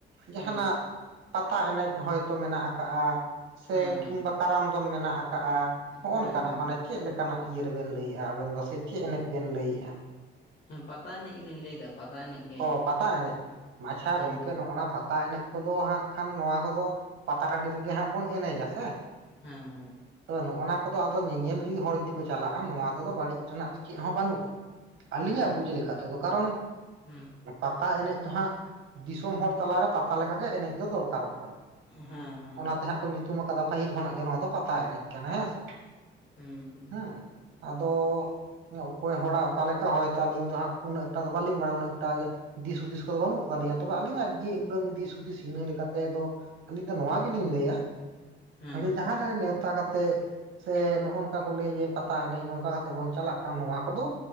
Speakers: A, on the right; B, on the left.
A: ᱡᱟᱦᱟᱱᱟᱜ
B: ᱦᱮᱸ
A: ᱯᱟᱛᱟ ᱮᱱᱮᱡ ᱦᱚᱭᱛᱚ ᱢᱮᱱᱟᱜ ᱟᱠᱟᱜᱼᱟ ᱥᱮ
B: ᱦᱮᱸ ᱦᱮᱸ
A: ᱠᱤᱝᱵᱟ ᱠᱟᱨᱟᱢ ᱫᱚᱱ ᱢᱮᱱᱟᱜ ᱟᱠᱟᱜᱼᱟ ᱦᱚᱜᱼᱚ
B: ᱦᱮᱸ
A: ᱱᱚᱝᱠᱟᱱᱟᱜ᱾
B: ᱦᱮᱸ
A: ᱢᱟᱱᱮ ᱪᱮᱫ ᱞᱮᱠᱟᱱᱟᱜ ᱤᱭᱟᱹ ᱨᱮᱵᱮᱱ ᱞᱟᱹᱭᱮᱫᱼᱟ ᱟᱵᱮᱱ ᱫᱚ ᱥᱮ ᱪᱮᱫ ᱮᱱᱮᱡ ᱵᱮᱱ ᱞᱟᱹᱭᱮᱜᱼᱟ?
B: ᱦᱮᱸ ᱯᱟᱛᱟ ᱮᱱᱮᱡ ᱜᱮᱞᱤᱧ ᱞᱟᱹᱭᱫᱟ ᱯᱟᱛᱟ ᱮᱱᱮᱡ ᱜᱮ
A: ᱚ ᱯᱟᱛᱟ ᱮᱱᱮᱡ ᱟᱪᱪᱷᱟ
B: ᱦᱩᱸ
A: ᱜᱚᱝᱠᱮ ᱱᱚᱜᱼᱚᱱᱟ ᱯᱟᱛ ᱯᱟᱛᱟ ᱮᱱᱮᱡ ᱠᱚᱫᱚ ᱦᱟᱸᱜ ᱠᱷᱟᱱ ᱱᱚᱣᱟ ᱠᱚᱫᱚ ᱯᱟᱛᱟ ᱴᱟᱺᱰᱤ ᱨᱮᱜᱮ ᱦᱟᱸᱜ ᱵᱚᱱ ᱮᱱᱮᱡᱟ ᱥᱮ᱾
B: ᱦᱮᱸ ᱦᱮᱸ
A: ᱛᱚ ᱱᱚᱜ-ᱚᱱᱟ ᱠᱚᱫᱚ ᱟᱫᱚ ᱧᱮᱧᱮᱞ ᱡᱩᱫᱤ ᱦᱚᱲ ᱡᱩᱫᱤ ᱠᱚ ᱪᱟᱞᱟᱜᱼᱟ, ᱱᱚᱣᱟ ᱛᱮᱫᱚ ᱵᱟᱹᱲᱤᱡ ᱨᱮᱱᱟᱜ ᱫᱚ ᱪᱮᱫ ᱦᱚᱸ ᱵᱟᱹᱱᱩᱜᱼᱟ᱾ ᱟᱹᱞᱤᱧᱟᱜ
B: ᱦᱮᱸ ᱦᱮᱸ
A: ᱵᱩᱡᱽ ᱞᱮᱠᱟ ᱛᱮᱫᱚ ᱠᱟᱨᱚᱱ
B: ᱦᱩᱸ
A: ᱯᱟᱛᱟ ᱮᱱᱮᱡ ᱫᱚ ᱦᱟᱸᱜ, ᱫᱤᱥᱚᱢ ᱦᱚᱲ ᱛᱟᱞᱟᱨᱮ ᱯᱟᱛᱟ ᱞᱮᱠᱟᱜᱮ ᱮᱱᱮᱡ ᱫᱚ ᱫᱚᱨᱠᱟᱨᱚᱜ ᱠᱟᱱᱟ᱾
B: ᱦᱮᱸ ᱦᱮᱸ
A: ᱚᱱᱟᱛᱮ ᱦᱟᱸᱜ ᱠᱚ ᱧᱩᱛᱩᱢᱟᱠᱟᱫᱟ ᱯᱟᱹᱦᱤᱞ ᱠᱷᱚᱱᱟᱜ ᱜᱮ ᱱᱚᱣᱟ ᱫᱚ ᱯᱟᱛᱟ ᱮᱱᱮᱡ ᱠᱟᱱᱟ ᱦᱮᱸ ᱥᱮ᱾
B: ᱦᱩ᱾
A: ᱦᱮᱸ ᱟᱫᱚ ᱚᱠᱚᱭ ᱦᱚᱲᱟᱜ ᱚᱠᱟ ᱞᱮᱠᱟ, ᱦᱚᱭᱛᱚ ᱟᱧᱤᱧ ᱫᱚ ᱦᱟᱸᱜ ᱩᱱᱟᱹᱜ ᱮᱠᱴᱟ ᱫᱚ ᱵᱟᱞᱤᱧ ᱵᱟᱲᱟ ᱩᱱᱟᱹ ᱮᱠᱴᱟ ᱜᱮ ᱫᱤᱥ ᱦᱩᱫᱤᱥ ᱠᱚ ᱵᱟᱹᱱᱩᱜ ᱛᱟᱞᱤᱧᱟ ᱛᱚᱵᱮ ᱟᱹᱞᱤᱧᱟᱜ ᱡᱮ ᱩᱰᱟᱹᱝ ᱫᱤᱥ ᱦᱩᱫᱤᱥ ᱤᱱᱟᱹ ᱞᱮᱠᱟᱛᱮ ᱫᱚ, ᱟᱹᱞᱤᱧ ᱫᱚ ᱱᱚᱣᱟ ᱜᱮᱞᱤᱧ ᱞᱟᱹᱭᱟ
B: ᱦᱮᱸ
A: ᱡᱮ ᱡᱟᱦᱟᱸᱨᱮ ᱱᱮᱶᱛᱟ ᱠᱟᱛᱮ ᱥᱮ ᱱᱚᱜᱼᱚᱱᱠᱟᱱ ᱠᱚ ᱞᱟᱹᱭ ᱡᱮ ᱯᱟᱛᱟ ᱮᱱᱮᱡ, ᱱᱚᱝᱠᱟ ᱠᱟᱛᱮᱜ ᱵᱚᱱ ᱪᱟᱞᱟᱜ ᱠᱟᱱᱟ ᱱᱚᱣᱟ ᱠᱚᱫᱚ